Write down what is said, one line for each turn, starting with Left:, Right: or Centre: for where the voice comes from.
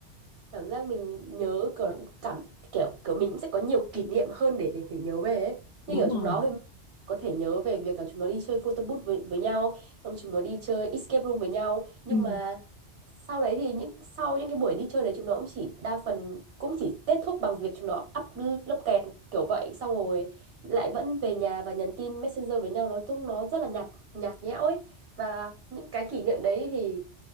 Right: cảm giác mình nhớ kiểu cảm kiểu kiểu mình cũng sẽ có nhiều kỷ niệm hơn để để, để nhớ về ấy. Như
Left: Đúng
Right: kiểu chúng
Left: rồi.
Right: nó thì có thể nhớ về việc là chúng nó đi chơi photo booth với, với nhau, xong chúng nó đi chơi escape room với nhau, nhưng
Left: Ừ.
Right: mà sau đấy thì những sau những cái buổi đi chơi đấy chúng nó cũng chỉ đa phần cũng chỉ kết thúc bằng việc chúng nó up lốc kẹt kiểu vậy xong rồi lại vẫn về nhà và nhắn tin Messenger với nhau nói chung nó rất là nhạt nhạt nhẽo ấy và những cái kỷ niệm đấy thì